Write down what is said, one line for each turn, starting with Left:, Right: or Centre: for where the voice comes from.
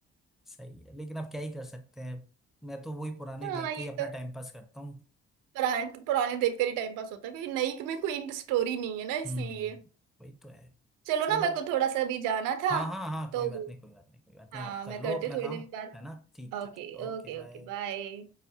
Centre: सही है लेकिन आप क्या ही कर सकते हैं मैं तो वही पुरानी
Right: हाँ
Centre: देख
Right: ये
Centre: के ही अपना
Right: तो
Centre: टाइम पास करता हूँ
Right: पुराने पुराने देखते ही टाइम पास होता है क्योंकि नई में कोई स्टोरी नहीं है ना
Centre: हम्म
Right: इसलिए
Centre: वही तो है
Right: चलो
Centre: चलो
Right: ना मेरे को थोड़ा सा अभी जाना था
Centre: हाँ हाँ हाँ
Right: तो
Centre: कोई बात नहीं कोई बात नहीं कोई बात
Right: हाँ
Centre: नहीं आप कर
Right: मैं
Centre: लो
Right: करती
Centre: अपना
Right: हूँ थोड़ी
Centre: काम
Right: देर बाद
Centre: है ना ठीक
Right: ओके
Centre: ठीक ओके
Right: Okay
Centre: बाय
Right: okay bye